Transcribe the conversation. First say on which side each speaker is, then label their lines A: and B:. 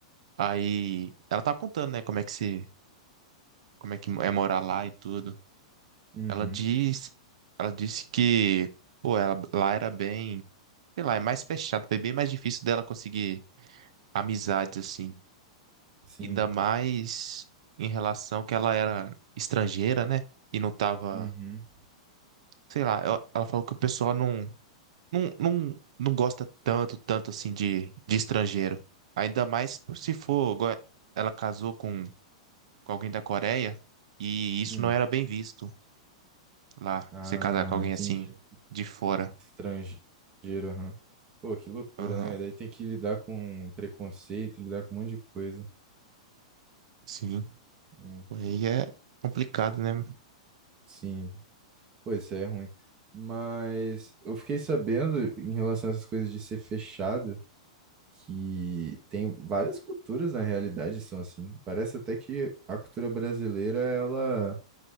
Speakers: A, on the right (about 70°); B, on the right (about 25°).
A: Aí ela tava contando, né, como é que se como é que é morar lá e tudo.
B: Uhum,
A: Ela diz, ela disse que, pô, ela, lá era bem, sei lá, é mais fechado, foi bem mais difícil dela conseguir amizades assim.
B: sim.
A: Ainda mais em relação que ela era estrangeira, né? E não tava,
B: Uhum.
A: sei lá, ela ela falou que o pessoal não, não, não, não gosta tanto, tanto assim de, de estrangeiro. Ainda mais se for, igual ela casou com, com alguém da Coreia e isso
B: Hum.
A: não era bem visto lá,
B: Ah,
A: você casar com alguém
B: entendi.
A: assim de fora.
B: Estrangeiro, aham. Pô, que loucura,
A: Aham,
B: né? Daí tem que lidar com preconceito, lidar com um monte de coisa.
A: sim.
B: Hum,
A: Aí é complicado, né?
B: Sim, pois isso é ruim. Mas eu fiquei sabendo, em relação a essas coisas de ser fechado, que tem várias culturas na realidade são assim. Parece até que a cultura brasileira, ela